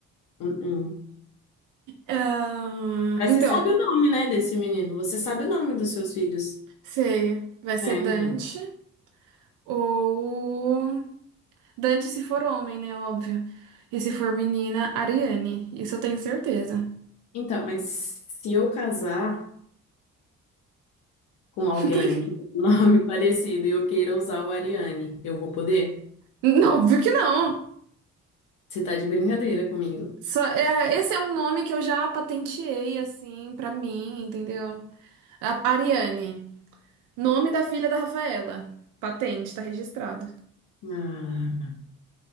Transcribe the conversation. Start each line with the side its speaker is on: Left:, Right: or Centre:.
Left: Uhum.
Right: Ah,
Left: Mas
Right: então,
Left: você sabe o nome, né, desse menino? Você sabe o nome dos seus filhos?
Right: sei, vai ser
Left: É, então.
Right: Dante ou Dante se for homem, né? Óbvio. E se for menina, Ariane. Isso eu tenho certeza.
Left: Então, mas se eu casar com
Right: <laughs>
Left: alguém
Right: Porque-
Left: que tem um nome <laughs> parecido e eu queira usar o Ariane, eu vou poder?
Right: Não, Óbvio que não.
Left: Você tá de brincadeira comigo.
Right: Só, é, esse é um nome que eu já patenteei, assim, pra mim, entendeu? A- Ariane. Nome da filha da Rafaela. Patente, tá registrado.
Left: Ah,